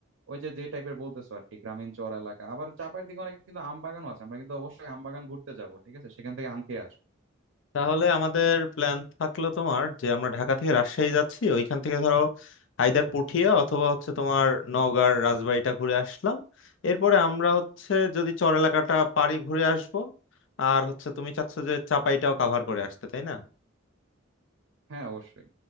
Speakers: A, on the right; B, on the left.
A: ওই যে যে টাইপের বলতেছো আর কি গ্রামীণ চর এলাকা আবার চাপায়ের দিকে অনেক কিন্তু আম বাগানও আছে আমরা কিন্তু অবশ্যই আম বাগান ঘুরতে যাব ঠিক আছে সেখান থেকে আম খেয়ে আসবো
B: তাহলে আমাদের প্ল্যান থাকলো তোমার যে আমরা ঢাকা থেকে রাজশাহী যাচ্ছি ওইখান থেকে ধরো আইদার পুঠিয়া অথবা হচ্ছে তোমার নওগাঁর রাজবাড়িটা ঘুরে আসলাম এরপরে আমরা হচ্ছে যদি চর এলাকাটা পারি ঘুরে আসবো আর হচ্ছে তুমি চাচ্ছ যে চাপাইটাও কাভার করে আসতে তাই না
A: হ্যাঁ অবশ্যই